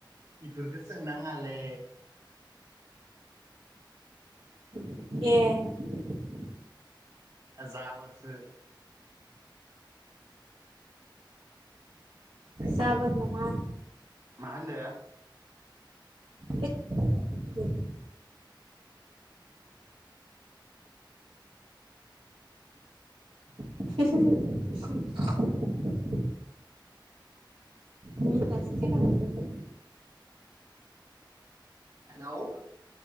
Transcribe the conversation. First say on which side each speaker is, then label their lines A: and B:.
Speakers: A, on the right (about 45°); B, on the right (about 80°).
A: इफोरखो सोंनाङालै
B: ए
A: जाबोरसो
B: जाबोर नङा
A: मा होनदो?
B: हैद बेल' <unintelligible> मिनिनासो थैनांगोन नोङो
A: हेल'